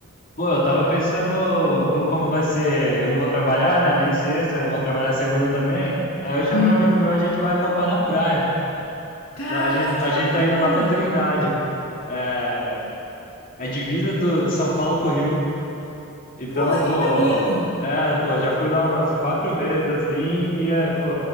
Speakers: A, on the left; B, on the left.
A: Pô, eu tava pensando como, como vai ser. Eu não vou trabalhar, né? Nem sexta, eu vou trabalhar segunda também. Aí eu chamei
B: Hum.
A: um amigo meu, a gente vai acampar na praia.
B: Cara,
A: Lá- A gente,
B: que
A: a
B: bacana.
A: gente tá indo lá pra Trindade. É, é divisa do, de São Paulo pro Rio. Então,
B: Porra, que
A: pô,
B: maneiro.
A: é, pô, já fui lá umas quatro vezes assim, e é, pô,